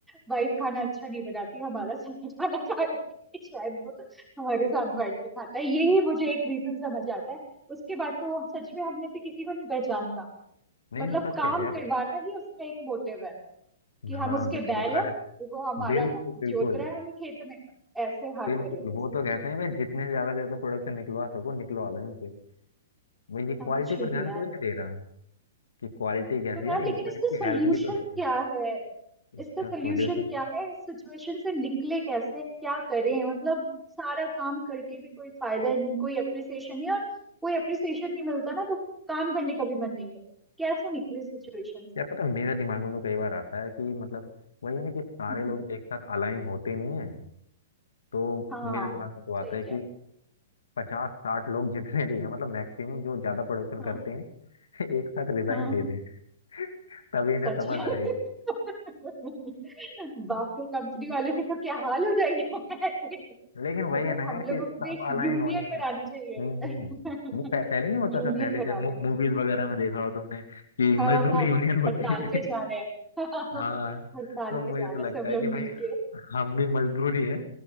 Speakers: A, in the centre; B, on the left (about 80°).
A: वाइफ खाना अच्छा नहीं बनाती हमारा सारा खाना खाने के लिए शायद वो हमारे साथ बैठ के खाता है यही मुझे एक रीजन समझ आता है उसके बाद तो वो सच में हम में से किसी को नहीं पहचानता
B: नहीं
A: मतलब
B: नहीं सच
A: काम
B: कह रहे हो
A: करवाना ही उसका एक मोटिव है
B: यार
A: कि हम
B: हाँ
A: उसके
B: बिल्कुल
A: बैल
B: कर
A: है वो हमारा
B: बिल्कुल बिल्कुल
A: जोत रहा है हमें खेत में बस ऐसे हाल
B: बिल्कुल
A: करे हुए
B: वो
A: इसमें
B: तो कहते हैं भाई जितने से ज्यादा से ज्यादा प्रोडक्शन निकलवा सको निकलवा लो इनसे भाई ये
A: एक्चुअली
B: क्वालिटी पर ध्यान कोई नहीं दे रहा कि क्वालिटी कैसी
A: तो
B: है
A: यार
B: यार इम्प्लॉयज
A: लेकिन इसका सोल्यूशन
B: की हेल्थ भी तो देखो
A: क्या है इसका
B: इसका
A: सोल्यूशन
B: सॉल्यूशन
A: क्या है इस सिचुएशन से निकले कैसे क्या करें मतलब सारा काम करके भी कोई फायदा नहीं कोई अप्रिसिएशन नहीं और कोई अप्रिसिएशन नहीं मिलता ना तो काम करने का भी मन नहीं करता कैसे निकले सिचुएशन से
B: यार पता है, मेरे दिमाग में तो कई बार आता है कि मतलब वही है ना कि सारे
A: हम्म
B: लोग एक साथ अलाइन होते नहीं है तो
A: हाँ
B: मेरे दिमाग में तो आता
A: सही
B: है
A: कह
B: कि
A: रहे
B: पचास साठ लोग जितने भी हैं मतलब मैक्सिमम जो ज्यादा प्रोडक्शन
A: हो
B: करते
A: हाँ
B: हैं <laughs> एक साथ रिजाइन
A: हाँ
B: दे दें <laughs> तभी इन्हें
A: सच
B: समझ
A: में। <laughs>
B: आएगी
A: बाप रे कंपनी वालों के तो क्या हाल हो जाएंगे <laughs>
B: लेकिन
A: मतलब
B: वही है ना
A: हम
B: यार
A: लोगों
B: कि सब
A: को भी एक
B: अलाइन
A: यूनियन
B: हो नहीं
A: बनानी चाहिए
B: हम्म हम्म। वो
A: <laughs>
B: पह, पहले नहीं होता
A: यूनियन
B: था पहले
A: बना
B: जब
A: लेनी
B: मूवीज वगैरह में देखा हो तुमने कि
A: चाहिए।
B: मजदूर
A: हाँ हाँ
B: यूनियन होती
A: हड़ताल
B: थी
A: पे जा रहे हैं <laughs>
B: हाँ
A: हड़ताल
B: तो
A: पे
B: मुझे
A: जा
B: तो
A: रहे
B: लगता
A: हैं सब
B: है
A: लोग
B: कि
A: मिलके
B: भाई हम भी मजदूर ही हैं